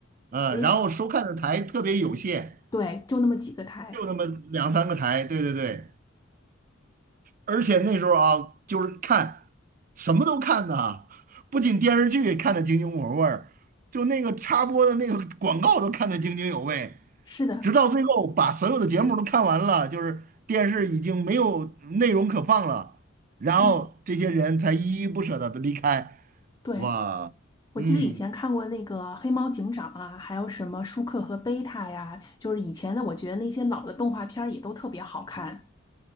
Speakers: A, on the right (about 40°); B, on the left (about 20°).
A: 嗯，
B: 诶，
A: 然后收看的台特别有限，
B: 对，就那么几个台。
A: 就那么两三个台，对对对。而且那时候啊，就是看什么都看呐，不仅电视剧看得津津有味儿，就那个插播的那个广告都看得津津有味，
B: 是的，
A: 直到最后把所有的节目都看完了，就是电视已经没有内容可放了，然后这些人才依依不舍的离开。
B: 嗯，对，
A: 哇，
B: 我记得以前看过那个《黑猫警长》啊，
A: 嗯
B: 还有什么舒克和贝塔呀，就是以前的，我觉得那些老的动画片儿也都特别好看。